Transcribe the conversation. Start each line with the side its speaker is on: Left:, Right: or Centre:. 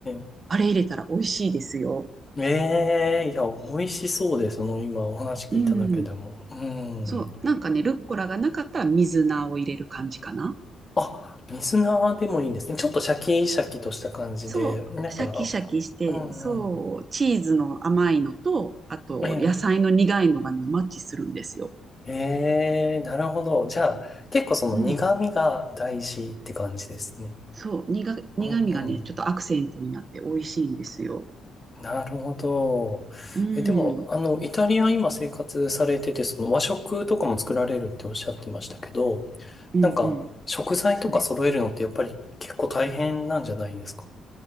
Left: え
Right: あれ入れたら美味しいですよ。
Left: ええいや、美味しそうです。その今お話聞いただけでも。
Right: うん。
Left: うん。
Right: そう、なんかね、ルッコラがなかったら水菜を入れる感じかな。
Left: あ、水菜でもいいんですね。ちょっとシャキシャキとした感じで、
Right: そう、
Left: なんか、
Right: シャキシャキして、
Left: うんうん。
Right: そう、チーズの甘いのと、あと野菜の苦いのがね、
Left: え
Right: マッチするんですよ。
Left: えええなるほど。じゃあ、結構その苦味が大事って感じですね。
Right: うん、そう、苦、苦味がね、
Left: うんうん。
Right: ちょっとアクセントになって美味しいんですよ。
Left: なるほど。
Right: うん、
Left: え、でも、あの、イタリア今生活されてて、その和食とかも作られるっておっしゃってましたけど、
Right: うん、
Left: なんか、
Right: うん、
Left: 食材とか揃えるのってやっぱり結構大変なんじゃないですか
Right: そうです。